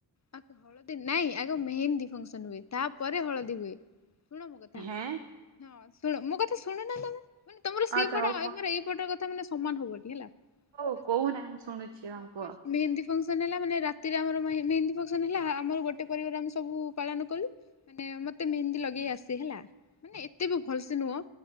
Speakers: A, on the left; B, on the right.
A: ଆଗ ହଳଦୀ ନାଇଁ ଆଗ ମେହେନ୍ଦୀ ଫଙ୍କସନ୍ ହୁଏ। ତାପରେ ହଳଦୀ ହୁଏ। ଶୁଣ ମୋ କଥା
B: ହେଁ
A: ହଁ ଶୁଣ, ମୋ କଥା ଶୁଣୁନ ତମେ ମାନେ ତମର ସେଇପଟ
B: ଆଚ୍ଛା ହଉ
A: ଆମର
B: କୁହ।
A: ଏଇପଟ କଥା। ତା ମାନେ ସମାନ ହବଟି ହେଲା। ତ
B: ହଉ କହୁନା
A: ସେଇଟୁ ହଁ,
B: ମୁଁ ଶୁଣୁଛି ହଁ
A: ଲାଟେଷ୍ଟ
B: କୁହ।
A: ମେହେନ୍ଦୀ ଫଙ୍କସ୍ ସିଏ ନେଲା ମାନେ ରାତିରେ ଆମର ମେହେନ୍ଦୀ ହେଇନି। ଫଙ୍କସନ ହେଲା ଆମର ଗୋଟେ ପରିବାର ଆମେ ସବୁ ପାଳନ କଲୁ। ମାନେ ମତେ ମେହେନ୍ଦୀ ଲଗେଇ ଆସେ ହେଲା ମାନେ ଏତେ ବି ଭଲ ସେ ନୁହଁ।